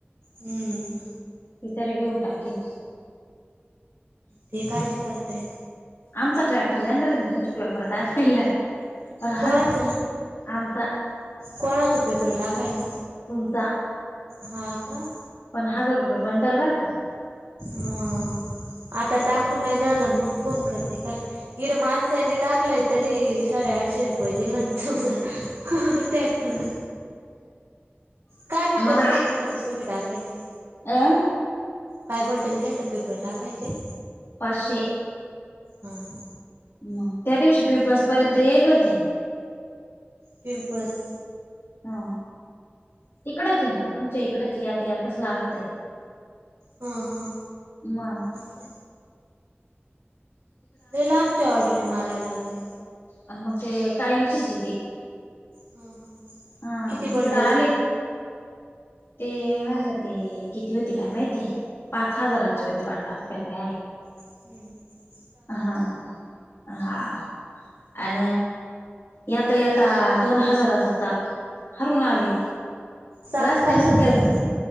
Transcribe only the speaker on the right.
हम्म
ते काच करते.
कोनाच
कोणाचा पेपर टाकायला?
हां का
हा आता टाकून नाही झाला मग? फोन करते का इथ माणसांनी टाकलाय तरी साडेआठशे रुपये. रुपये दिले नाही तुझं ट्रॅक्टरन. काय बंडल
घेता खरंच तुम्ही टाकायचे
काय बंडल घेता पेपर टाकायचे.
हां ना
पीमपळस
हा हा
असं लई लांबच्या ऑर्डरी मारायला लागले.
हां हां
किती
बंडल?
हम्म हम्म
चाक
कशाच